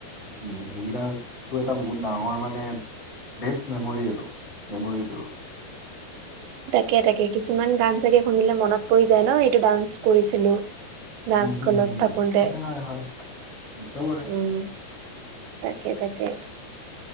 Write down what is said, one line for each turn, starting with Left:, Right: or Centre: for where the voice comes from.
Left: উম সুবিধা হয়। টো এটা বহুত ডাঙৰ মানে বেষ্ট মেমৰি এইটো, মেমৰিজৰ।
Right: তাকে, তাকে। কিছুমান গান চাগে শুনিলে মনত পৰি যায় ন এইটো ডান্স কৰিছিলো। ডান্স
Left: উম হম
Right: স্কুলত
Left: হম
Right: থাকোতে,
Left: হয় হয় হয় নিশ্চয় কৰে
Right: উম। তাকে, তাকে।